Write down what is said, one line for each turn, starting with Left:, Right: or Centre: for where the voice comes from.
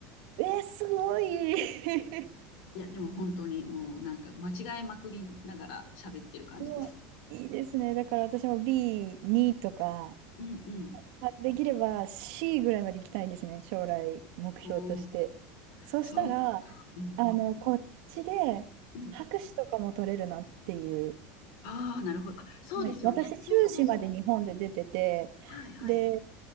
Right: えーすごい <laughs>
Left: いや、でも本当にもうなんか間違えまくりながら喋ってる感じです。
Right: うわいいですね。だから私も B2 とか、
Left: うんうん。
Right: まあできれば C ぐらいまで行きたいんですね。将来目標として。
Left: おお、
Right: そうしたら、
Left: そっか。うんうん。
Right: あの、こっちで博士とかも取れるなっていう
Left: うん。ああ、なるほど。あ、そうですよね。
Right: ね、私、
Left: そうそうそう。
Right: 修士まで日本で出てて、
Left: はいはい。
Right: で、